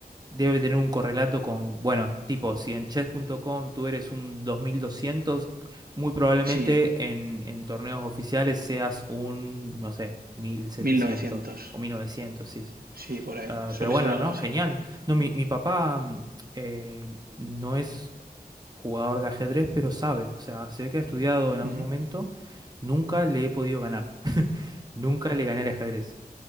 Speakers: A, on the right (about 25°); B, on the right (about 65°).
A: debe tener un correlato con, bueno, tipo, si en chess.com tú eres un 2200, muy probablemente
B: sí,
A: en, en torneos oficiales seas un, no sé, 1700
B: mil novecientos
A: o 1900, sí, sí.
B: sí, por ahí,
A: Ah,
B: suele
A: pero bueno,
B: ser algo
A: ¿no?
B: así.
A: Genial. No, mi, mi papá mm, eh, no es jugador de ajedrez, pero sabe. O sea, sé que ha estudiado en algún
B: Ujú,
A: momento. Nunca le he podido ganar. <laughs> Nunca le gané al ajedrez.